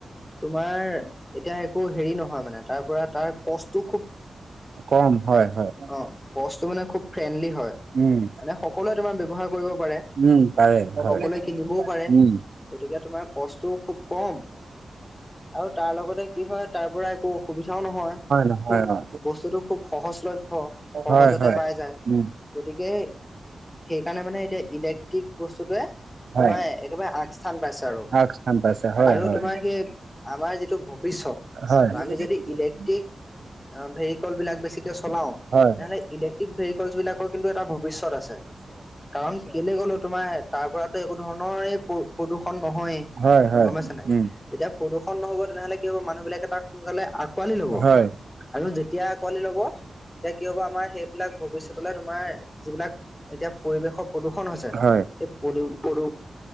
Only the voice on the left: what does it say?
তোমাৰ এতিয়া একো হেৰি নহয় মানে তাৰপৰা তাৰ কচটো খুব
মানে
অ' কচটো মানে খুব ফ্ৰেণ্ডলি হয়। মানে
সকলোৱে তোমাৰ ব্যৱহাৰ কৰিব পাৰে,
সকলোৱে কিনিবও পাৰে।
গতিকে তোমাৰ কষ্টও খুব কম। আৰু তাৰ লগতে কি হয় তাৰপৰা একো অসুবিধাও নহয়,
খুব
বস্তুটো খুব সহজলভ্য। সহজতে
পাই যায়
গতিকে সেইকাৰণে মানে এতিয়া ইলেক্ট্ৰিক বস্তুটোয়ে
তোমাৰ একেবাৰে আগস্থান পাইছে আৰু,
আৰু
তোমাৰ সেই আমাৰ যিটো ভৱিষ্যত
ত' আমি যদি ইলেক্ট্ৰিক ভেহিকলবিলাক বেছিকে চলাও
তেনেহ'লে ইলেক্ট্ৰিক ভেহিকলছবিলাকত কিন্তু এটা ভৱিষ্যত আছে কাৰণ কেলে ক'লোঁ তোমাৰ তাৰ পৰাতো একো ধৰণৰ এই পো প্ৰদূষণ নহয়েই।
গ'ম পাইছা নাই
যেতিয়া প্ৰদূষণ নহ'ব তেনেহলে কি হ'ব মানুহ বিলাকে তাক সোনকালে আঁকোৱালি ল'ব।
আৰু যেতিয়া আঁকোৱালি ল'ব তেতিয়া কি হ'ব আমাৰ সেইবিলাক ভৱিষ্যতলৈ তোমাৰ যিবিলাক এতিয়া পৰিৱেশৰ প্ৰদূষণ হৈছে,
এই মানে পদূ পূদ